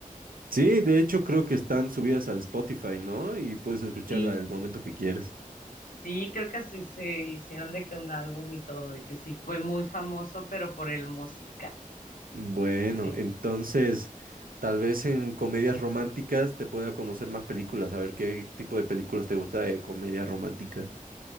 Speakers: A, on the right (about 80°); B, on the left (about 75°).
A: Sí, de hecho creo que están subidas al Spotify, ¿no? Y puedes escucharla
B: Sí,
A: el momento que quieras.
B: sí, creo que así se hicieron de que un álbum y todo, de que sí fue muy famoso, pero por el musical.
A: Bueno,
B: Sí.
A: entonces tal vez en comedias románticas te pueda conocer más películas, a ver qué tipo de películas te gusta de comedia romántica.